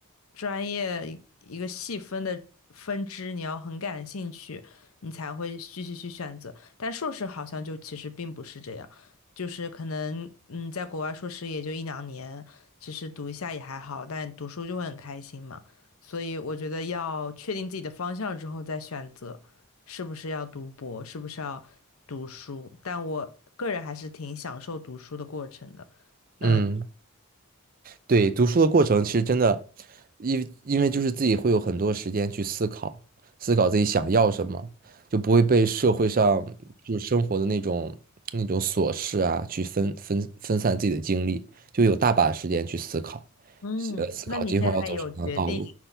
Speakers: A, on the left (about 75°); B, on the right (about 40°).
A: 专业一一个细分的分支，你要很感兴趣，你才会继续去选择。但硕士好像就其实并不是这样，就是可能嗯，在国外硕士也就一两年，其实读一下也还好，但读书就会很开心嘛。所以我觉得要确定自己的方向之后再选择，是不是要读博，是不是要读书。但我个人还是挺享受读书的过程的。
B: 嗯。
A: 嗯，
B: 对，读书的过程其实真的，因为因为就是自己会有很多时间去思考，思考自己想要什么，就不会被社会上就是生活的那种那种琐事啊去分分分散自己的精力，就有大把时间去思考，
A: 嗯，
B: 呃，思考今后要走什么样的道路，
A: 那你现在有决定